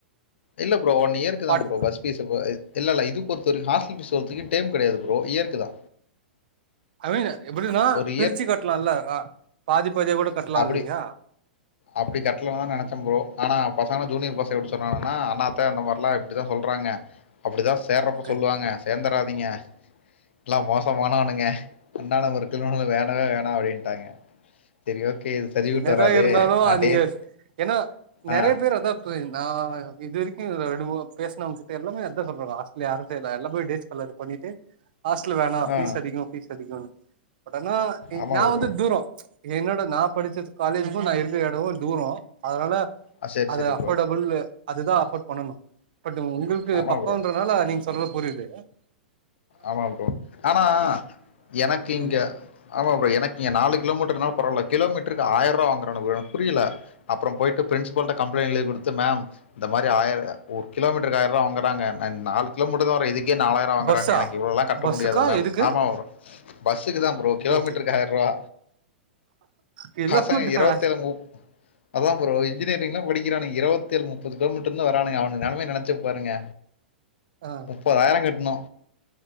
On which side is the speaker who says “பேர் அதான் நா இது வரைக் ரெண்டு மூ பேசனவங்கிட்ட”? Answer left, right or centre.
Right